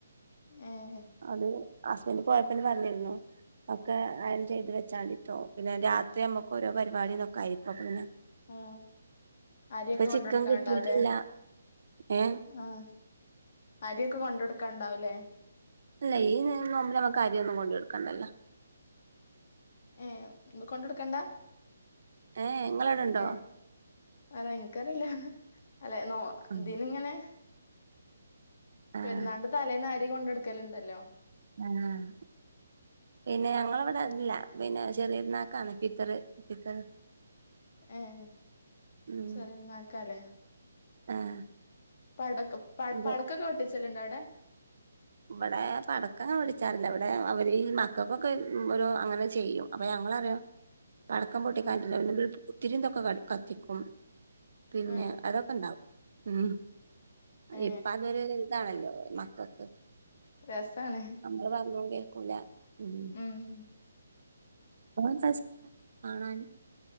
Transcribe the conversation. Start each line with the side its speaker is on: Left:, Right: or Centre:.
Left: ഏഹ്
Right: അത് ഹസ്ബന്റ് പോയപ്പ ന്നെ പറഞ്ഞിരുന്നു ഒക്കെ അയൺ ചെയ്തു വെച്ചാ മതിട്ടോ. പിന്നെ രാത്രി നമ്മെക്ക് ഓരോ പരിപാടി തൊക്കായിരിക്കും അപ്പംപ്പിന്നെ.
Left: ആഹ് അരിയൊക്കെ കൊണ്ട്
Right: ചിക്കൻ
Left: കൊടുക്കാൻണ്ടാവുല്ലേ
Right: കിട്ടിയിട്ടില്ല ഏ
Left: ആഹ്. അരിയൊക്കെ കൊണ്ട് കൊടുക്കാൻണ്ടാവുലേ
Right: ഇല്ലഈ നേരം നമ്പിനമ്മക്കരി ഒന്നും കൊണ്ടു കൊടുക്കണ്ടല്ലോ.
Left: ഏഹ് കൊണ്ടുക്കൊടുക്കണ്ടാ.
Right: ഏ ഇങ്ങളവിടെ ഉണ്ടോ
Left: ഏഹ്. ആ എനിക്കറിയില്ല. അല്ലേ നോ
Right: ഉം
Left: ഇതിനിങ്ങനെ.
Right: ആഹ്
Left: പെരുന്നാൾൻ്റെ തലേന്ന് അരി കൊണ്ടെടുക്കലുണ്ടല്ലോ.
Right: <unintelligible> പിന്നെ ഞങ്ങെളവടെയല്ല. പിന്നെ ചെറിയ നാക്കാണ് ഫിത്തറ് ഫിത്തറ്.
Left: ഏഹ്
Right: ഉം
Left: ചെറിയ പെരുന്നാൾക്കാലേ.
Right: ആഹ്
Left: പടക്കം
Right: ഇത്
Left: പടക്കൊക്കെ പൊട്ടിച്ചല്ലുണ്ടോ അവെടെ?
Right: ഇവെടെ പടക്കങ്ങെ പൊട്ടിച്ചാറില്ല. ഇവെടെ അവിര് ഈ മക്കക്കൊക്കെ ഒരു അങ്ങനെ ചെയ്യും. അപ്പൊ ഞങ്ങറിയും പടക്കം പൊട്ടികാൻ
Left: ഉം
Right: പറ്റുലല പിന്നെളി പൂത്തിരിറ്റെക്കെ ത്തിക്കും. പിന്നെ
Left: ഉം
Right: അതൊക്കെയൊണ്ടാവും ഉം.
Left: ഏ
Right: ഇപ്പ അതൊരു ഇതാണല്ലോ മക്കക്ക്.
Left: രെസാണ്.
Right: നമ്മെള് പറഞ്ഞതും കേൾക്കൂല. ഉം
Left: ഉം
Right: ഓ <unintelligible> കാണാന്